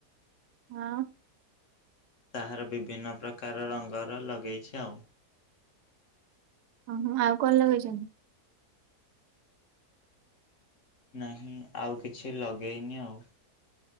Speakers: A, on the right (about 85°); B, on the left (about 50°).
A: ହଁ।
B: ତାହାର ବିଭିନ୍ନ ପ୍ରକାର ରଙ୍ଗର ଲଗେଇଛି ଆଉ।
A: ଅ ହ ଆଉ କଣ ଲଗେଇଛନ୍ତି?
B: ନାହିଁ ଆଉ କିଛି ଲଗେଇନି ଆଉ।